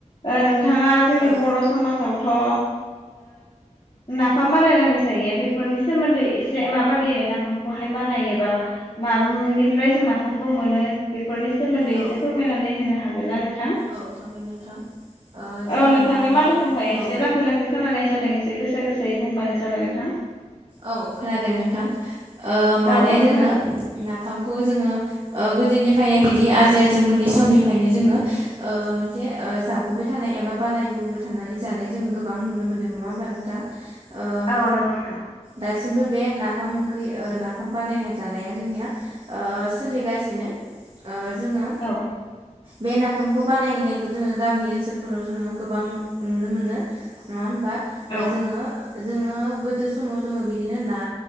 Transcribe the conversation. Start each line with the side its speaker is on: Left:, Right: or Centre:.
Left: ओ नोंथाङा जोंनि
Right: औ
Left: बर' समाजावथ' ओ नाफाम बानायनानै जायो बेफोरनि सोमोन्दै एसे माबादि नाफामखौहाय बानायोबा माबानिफ्राय जों नाफामखौ मोनो बेफोरनि सोमोन्दै
Right: औ
Left: एसे फोरमायनानै होनो हागोन ना नोंथां औ
Right: औ हागोन नोंथां ओ जोङो
Left: नोंथांनि
Right: नाफामखौ
Left: माथोखौहाय
Right: औ
Left: एसे लाखै लाखै खोनानाय जादों एसे गोसा गोसायै बुंबानो जाबाय नोंथां
Right: औ खोनादों ओ नोंथां माने
Left: औ औ
Right: जोङो
Left: खोनादों
Right: नाफामखौ जोङो गोदोनिफ्रायनो बिदि आजै आजौ मोनै समनिफ्रायनो जोङो मोनसे ओ जाबोबाय थानाय एबा बानायबोबाय थानाय जानाय जों गोबां नुनो मोनदों नङा होमबा नोंथां ओ
Left: औ नंगौ नोंथां
Right: दासिमबो बे नाफाम ओंख्रि ओ नाफाम बानायना जानाया जोंनिया ओ सोलिगासिनो जोङो
Left: औ
Right: बे नाफामखौ बानायनायखौ जोङो गामि ओनसोलफोराव जोङो गोबां नुनो मोनो नङा होमबा
Left: औ
Right: जोङो जोङो गोदो समाव जोङो बिदिनो ना